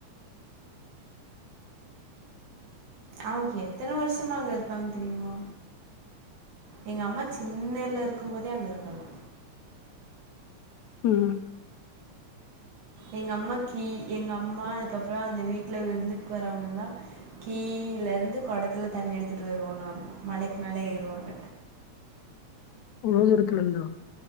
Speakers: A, on the right (about 75°); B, on the left (about 75°).
A: அவ்ங் எத்தன வருஷமா அங்க இருக்காங் தெரியுமா எங்க அம்மா சின்னதுல இருக்கும் போதே அங்க இருக்காங்க
B: ம்
A: எங்க அம்மா கீ எங்க அம்மா அதுக்கப்றோ அந்த வீட்ல விருந்துக் வறவங்கலா கீழ இருந்து கொடத்துல தண்ணி எடுத்துட்டு வருவாங்களாமா மலைக் மேல ஏறுவாங்க
B: உழுர எடத்துல இருந்தா